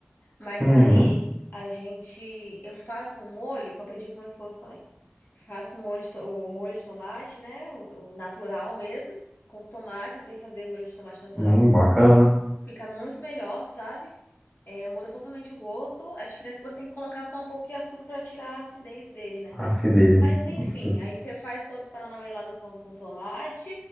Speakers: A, on the left; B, in the centre.
A: Mas
B: Uhum.
A: aí a gente, eu faço um molho, que eu aprendi com meu esposo também. Faço um molho de to- o molho de tomate, né? O, o natural mesmo, com os tomates. Eu sei fazer molho de tomate natural,
B: Hum, bacana.
A: fica muito melhor, sabe? É, muda totalmente o gosto. A diferença é que você tem que colocar só um pouco de açúcar para tirar a acidez dele, né?
B: Acidez,
A: Mas
B: né?
A: enfim,
B: Sim.
A: aí você faz todos os paranauê lá do tom- com tomate.